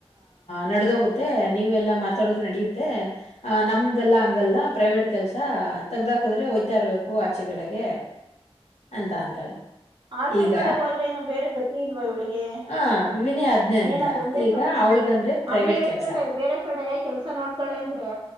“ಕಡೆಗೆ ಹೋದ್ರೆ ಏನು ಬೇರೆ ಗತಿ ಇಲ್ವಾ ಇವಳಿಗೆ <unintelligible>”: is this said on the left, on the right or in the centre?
Right